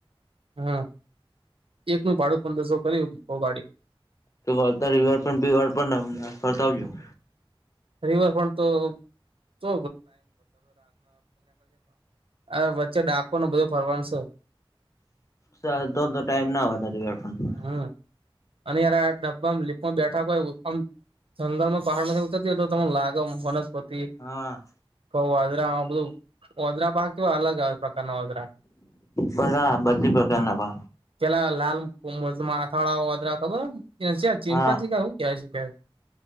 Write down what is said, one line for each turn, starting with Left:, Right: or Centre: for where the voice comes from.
Right: હમ એક નું ભાડું પંદરસો ભર્યું છ ગાડી
Left: તો વાર્તા રિવરફ્રન્ટ બી <unintelligible> પતાવ્યું
Right: રિવરફ્રન્ટ તો <unintelligible> અ વચ્ચે ડાકોર ને બધું ફરવાનું સે.
Left: તો તો ટાઈમ ના વધે રિવર ફ્રન્ટ માં
Right: હમ અને યાર આ ડબ્બામાં લીપમાં બેઠા કો હોય આમ જંગલમાં પહાડ માં એ તો તમ લાગમ વનસ્પતિ
Left: હા.
Right: <unintelligible> અલગ પ્રકારના <unintelligible>
Left: બધા બધી પ્રકારના
Right: પેલા લાલ માથાડા વાંદરા ખબર ચીપનજી
Left: હા
Right: <unintelligible>